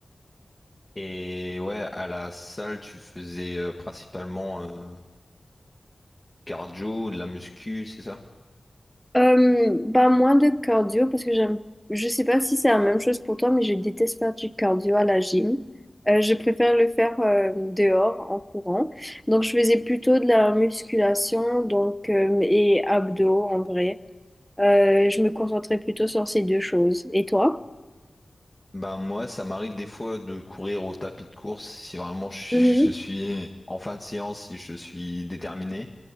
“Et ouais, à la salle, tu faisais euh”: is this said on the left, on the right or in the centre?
Left